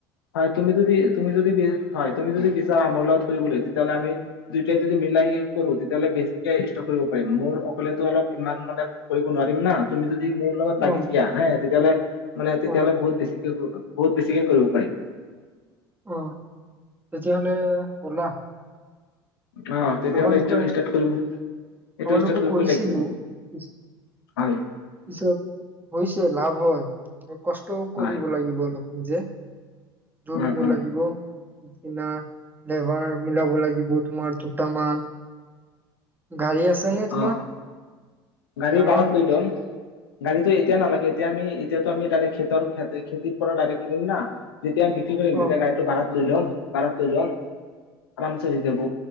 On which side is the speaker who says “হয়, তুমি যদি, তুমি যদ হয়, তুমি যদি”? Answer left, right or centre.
Left